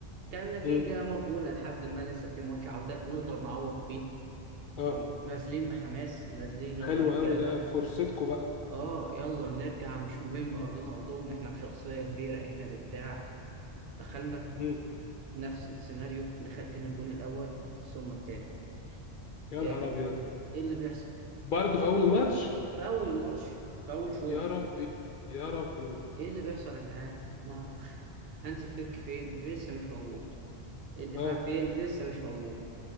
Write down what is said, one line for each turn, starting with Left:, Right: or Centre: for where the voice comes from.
Right: كان نتيجة
Left: مم.
Right: مقبولة لحد ما لسه في ماتش عودة نقدر نعوض فيه
Left: اه
Right: م- نازلين بحماس نازلين يلا
Left: حلو
Right: يا رجالة
Left: قوي ده فرصتكم بقى
Right: اه يلا نرجع مش مهم ارضنا ارضهم احنا بشخصية كبيرة احنا بتاع دخلنا
Left: مم.
Right: نفس السيناريو دخل فينا الجون الأول ثم التاني
Left: يا
Right: إيه
Left: نهار
Right: يا جدعان
Left: ابيض
Right: إيه اللي بيحصل
Left: برضه في اول الماتش
Right: في أول ماتش في أول شوط
Left: يا ربي يا ربي
Right: إيه اللي بيحصل يا جدعان ما أعرفش هانز فليك فين لسه مش موجود الدفاع
Left: اه
Right: فين لسه مش موجود